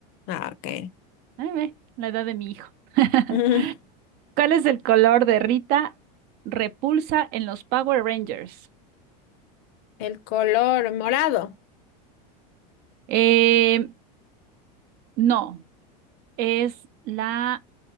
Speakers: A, on the left; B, on the right.
A: Ah, ok. <laughs>
B: Ay, ve, la edad de mi hijo. <laughs>
A: Mm,
B: ¿Cuál es el color de Rita Repulsa en los Power Rangers?
A: El color morado.
B: Eh, no, es la